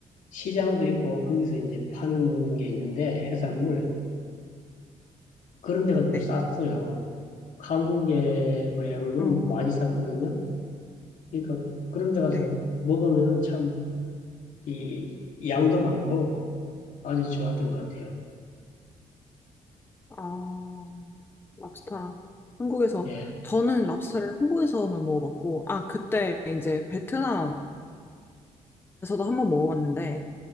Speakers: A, on the left (about 70°); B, on the left (about 15°).
A: 시장도 있고 거기서 이제 파는 게 있는데 해산물 그런 데가 좀
B: 네.
A: 쌌어요. 한국에 비하면은
B: 어,
A: 많이 쌌거든요. 그러니까 그런 데 가서
B: 네.
A: 먹으면은 참 이 양도 많고 아주 좋았던 것 같아요.
B: 아, 랍스타. 한국에서,
A: 예.
B: 저는 랍스타를 한국에서만 먹어봤고, 아, 그때 이제 베트남에서도 한번 먹어봤는데,